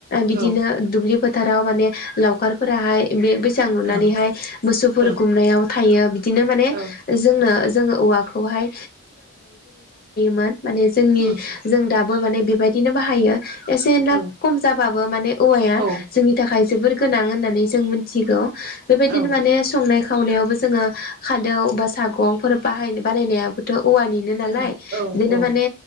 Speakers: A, on the left (about 45°); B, on the right (about 45°).
A: बिदिनो
B: औ
A: दुब्लि फोथाराव माने लावखारफोराहाय बे बैसां
B: ओं
A: लुनानैहाय मोसौफोर
B: ओं
A: गुमनायाव थायो बिदिनो माने
B: औ
A: जोंनो जोङो औवाखौहाय माने जोंनि
B: उम
A: जों दाबो माने बेबायदिनो बाहायो एसे एनला
B: औ
A: खम जाबाबो माने औवाया
B: ओं
A: जोंनि थाखाय गोनां होननानै जों मोनथिगौ बेबायदिनो
B: औ
A: माने संनाय खावनायावबो जोङो खादौ बा सागंफोर बाहायनो बानायनायाबोथ' औवानिनो नालाय
B: उम औ
A: बिदिनो
B: औ
A: माने